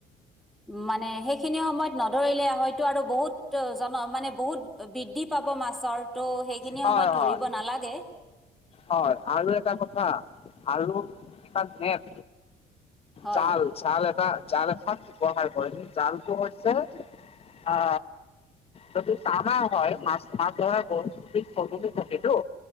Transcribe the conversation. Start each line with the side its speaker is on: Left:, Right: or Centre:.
Centre: মানে সেইখিনি সময়ত নধৰিলে হয়তো আৰু বহুত ত' জন মানে বহুত বৃদ্ধি পাব মাছৰ, ত' সেইখিনি
Left: হয়
Centre: সময়ত
Left: হয়
Centre: ধৰিব নালাগে।
Left: হয় আৰু এটা কথা আৰু এটা নেট,
Centre: হয়
Left: জাল জাল এটা জাল এখন ব্যৱহাৰ কৰে সেই জালটো হৈছে আ যদি টানা হয় মাছ মাছ ধৰা বহুত বিধ সজুলি থাকেটো।